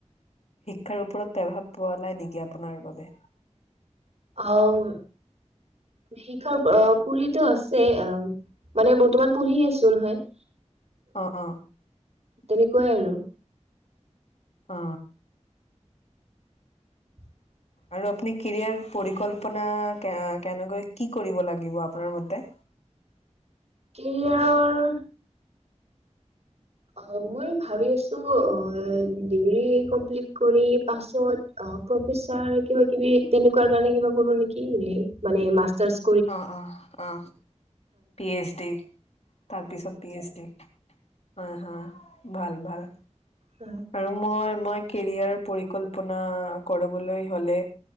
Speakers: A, on the left; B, on the right.
A: শিক্ষাৰ ওপৰত প্ৰভাৱ পৰা নাই নেকি আপোনাৰ বাবে?
B: অহ শিক্ষাৰ আহ পৰিতো আছে আহ মানে বৰ্তমান পঢ়ি আছো নহয়
A: অ অ
B: তেনেকোৱাই আৰু।
A: অ
B: <inaudible>
A: আৰু আপুনি কেৰিয়াৰ পৰিকল্পনা কেনেকৈ কি কৰিব লাগিব আপোনাৰ মতে?
B: কেৰিয়াৰৰ অ মই ভাবি আছো অ ডিগ্ৰী কমপ্লিট কৰি পাছত অ প্ৰফেছাৰ কিবা কিবি তেনেকোৱাৰ কাৰণে কিবা কৰো নেকি মানে মাষ্টাৰচ
A: অ অ অ পি এইচ ডি তাৰপিছত পি এইচ ডি হয় হয় ভাল ভাল
B: উ
A: আৰু মই মই কেৰিয়াৰ পৰিকল্পনা কৰিবলৈ হ'লে